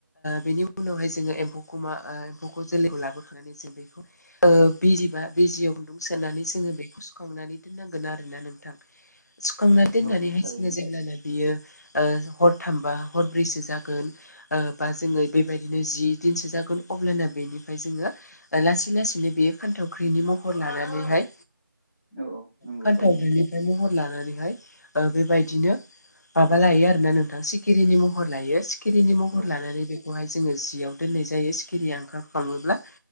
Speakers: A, on the left (about 50°); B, in the centre.
A: बेनि उनावहाय जोङो एम्फौखौ मा ओ एम्फौखौ जोलैखौ लाबोखांनानै जों बेखौ ओ बिजिबा बिजियाव गुन्दुं सोनानै जोङो बेखौ सुखांना नानै दोननांगोन आरोना नोंथां सुखांना दोननानैहाय
B: औ थारैनो
A: होमब्लाना बियो ओ हरथामबा हरब्रैसो जागोन। ओ बा जोङो बेबायदिनो जि दिनसो जागोन अब्लाना बेनिफ्राय जोङो लासै लासै बेयो फान्थावख्रिनि महर लानानैहाय
B: औ औ नंगौ
A: फान्थावग्रिनिफ्राय
B: थारैनो
A: महर लानानैहाय ओ बे बेबायदिनो माबा लायो आरोना नोंथां सिखिरिनि महर लायो सिखिरिनि महर
B: औ
A: लानानै बेखौहाय जोङो जियाव दोननाय जायो सिखिरिया ओंखार खाङोब्ला